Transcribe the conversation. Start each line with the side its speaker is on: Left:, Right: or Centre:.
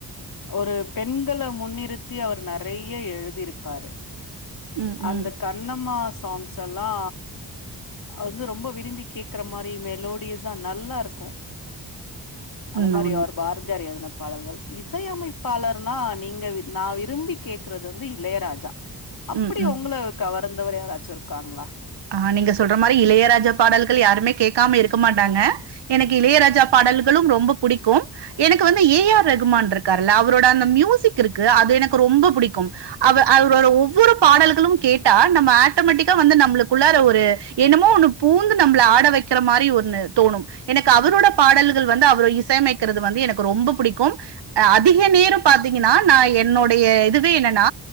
Left: ஒரு பெண்கள முன்யிருத்தி அவர் நெறைய எழுதிருப்பாரு
Right: உம் உம்
Left: அந்த கண்ணம்மா சாங்ஸ் எல்லா அது வந்து ரொம்ப விரும்பி கேக்கற மாரி மெலோடியஸா நல்லாருக்கு அது
Right: உண்மை
Left: மாரி
Right: உண்மை
Left: அவர் பாரதியார் எழுதுன பாடல்கள் இசை அமைப் பாளர்னா நீங்க நா விரும்பி கேக்குறது வந்து இளையராஜா அப்டி
Right: ம், ம்.
Left: ஒங்ள கவர்ந்தவர் யாராச்சு இருக்காங்களா
Right: ஆ நீங்க சொல்ற மாரி இளையராஜா பாடல்கள் யாருமே கேக்காம இருக்க மாட்டாங்க எனக்கு இளையராஜா பாடல்களு ரொம்ப புடிக்கு எனக்கு வந்து ஏ ஆர் ரகுமான் இருக்கார்ல அவரோட அந்த மியூசிக் இருக்கு அது எனக்கு ரொம்ப புடிக்கும் அவ அவரோட ஒவ்வொரு பாடல்களும் கேட்டா நம்ம ஆட்டமெட்டிக்கா வந்து நம்ளுக் உள்ளார ஒரு என்னமோ ஒன்னு பூந்து நம்ள ஆட வக்கிற மாரி ஒன்னு தோணும் எனக்கு அவரோட பாடல்கள் வந்து அவர இசையமைக்கிறது வந்து எனக்கு ரொம்ப புடிக்கு அ அதிக நேர பாத்தீங்கனா நா என்னுடைய இதுவே என்னன்னா